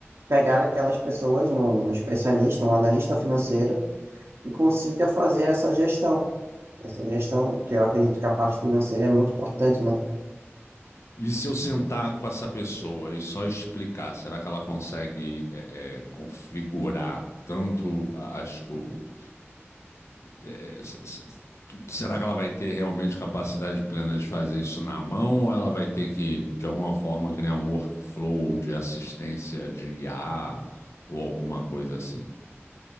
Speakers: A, on the right; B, on the left.
A: pegar aquelas pessoas, um um especialista, um analista financeiro, que consiga fazer essa gestão. Essa gestão, que eu acredito que a parte financeira é muito importante, né?
B: E se eu sentar com essa pessoa e só explicar, será que ela consegue é, é, configurar tanto a- as coisas? é, s- s- será que ela vai ter realmente capacidade plena de fazer isso na mão ou ela vai ter que, de alguma forma, criar um workflow de assistência de I A ou alguma coisa assim?